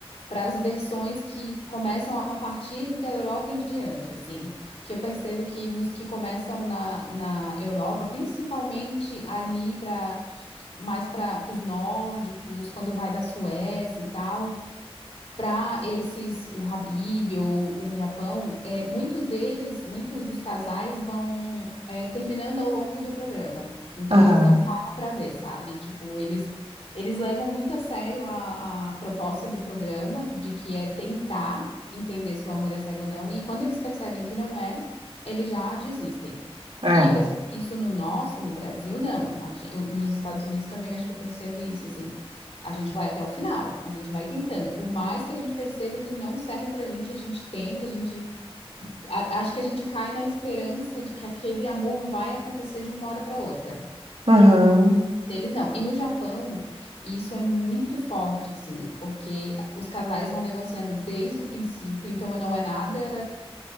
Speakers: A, on the left; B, on the right.
A: para as versões que começam a partir da Europa em diante, assim. Que eu percebo que nos que começam na, na Europa, principalmente ali para mais para os nórdicos, quando vai da Suécia e tal. Para esses, o Habib ou o Japão, é, muitos deles, muitos dos casais vão é, terminando ao longo do programa. Então,
B: Aham,
A: eles não pagam para ver, sabe? Tipo, eles, eles levam muito a sério a, a proposta do programa, de que é tentar entender se o amor é cego ou não. E quando eles percebem que não é, eles já desistem.
B: é.
A: E eu percebo que isso no nosso, no Brasil, não. A gen- eu- nos Estados Unidos também acho que eu percebo isso, assim. A gente vai até o final, a gente vai tentando. Por mais que a gente perceba que não serve pra gente, a gente tenta, a gente. a- acho que a gente cai na esperança de que aquele amor vai acontecer de uma hora pra outra.
B: Aham.
A: Neles não. E no Japão, isso é muito forte, assim, porque os casais vão negociando desde o princípio, então não é nada